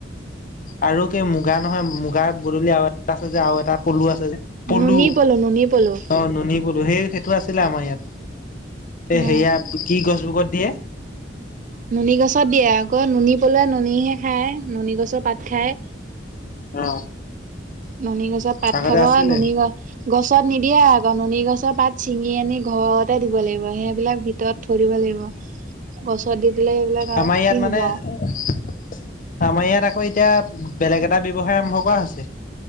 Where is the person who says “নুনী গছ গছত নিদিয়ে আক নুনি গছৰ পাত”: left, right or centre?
Right